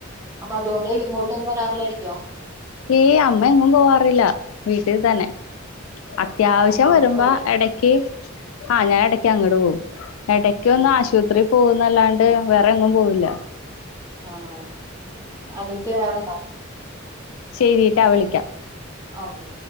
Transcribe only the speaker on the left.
ഏ അമ്മ എങ്ങും പോവാറില്ല വീട്ടിൽ തന്നെ. അത്യാവശ്യം
വരുമ്പോ
എടക്ക് ആ ഞാൻ എടയ്ക്ക് അങ്ങട് പോവും എടയ്ക്കൊന്ന്
ആശുവത്രി പോ ന്നല്ലാണ്ട് വേറെ എങ്ങും പോവില്ല.
ശരി ട്ടോ, വിളിക്കാം.